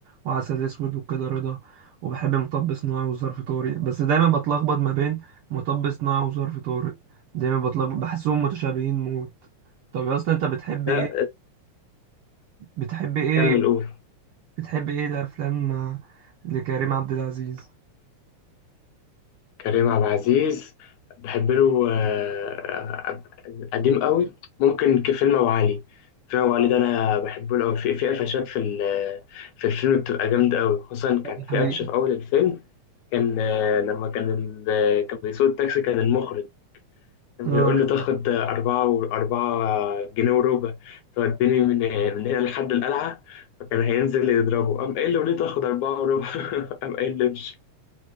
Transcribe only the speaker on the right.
وعسل اسود وكده رضا وبحب مطب صناعي وظرف طارق بس دايما بتلخبط ما بين مطب صناعي وظرف طارق دايما بتلخبط بحسهم متشابهين موت طب يا اسطى انت بتحب
ايه بتحب ايه
بتحب ايه الافلام آه، لكريم عبد العزيز
طب
ده
حقيقي
اه